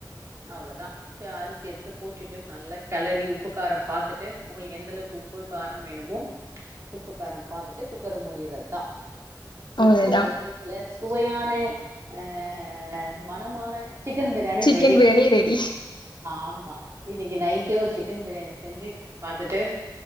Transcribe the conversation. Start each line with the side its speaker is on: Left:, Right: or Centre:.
Right: அவ்ளோதா ஜா அரிசி எடுத்து போட்டுட்டு நல்லா கெளரி உப்பு கார பாத்துட்டு உங்களுக்கு எந்த அளவுக்கு உப்பு கார வேணுமோ உப்பு கார பாத்துட்டு குக்கர மூடியறது தா ஒரு
Left: அவ்ளதா
Right: டூ விசில் இல்ல சுவையான அ மணமான chicken biryani
Left: chicken
Right: ready
Left: biryani ready
Right: ஆமா இன்னைக்கி நைட்டே ஒரு சிக்கன் பிரியாணி செஞ்சு பாத்துட்டு